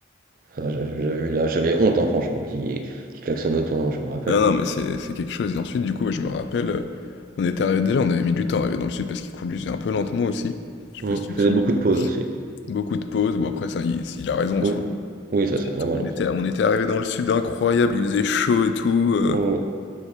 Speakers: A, on the right; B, on the left.
A: Enfin, j'avais j'avais eu la- j'avais honte, hein, franchement, qui, qui klaxonne autant, hein, je me rappelle.
B: Non, non, mais c'est c'est quelque chose. Et ensuite, du coup, je me rappelle, euh, on était arrivé déjà, on avait mis du temps à arriver dans le sud parce qu'il conduisait un peu lentement aussi. Je sais
A: Mm.
B: pas si tu
A: Il faisait
B: te souviens.
A: beaucoup de pauses aussi.
B: Beaucoup de pauses, bon après, ça, il, il a raison en
A: Oui,
B: soi.
A: oui,
B: Ensuite,
A: ça c'est normal.
B: on
A: en
B: était,
A: soi.
B: on était arrivé dans le sud, incroyable, il faisait chaud et tout. euh,
A: Mm.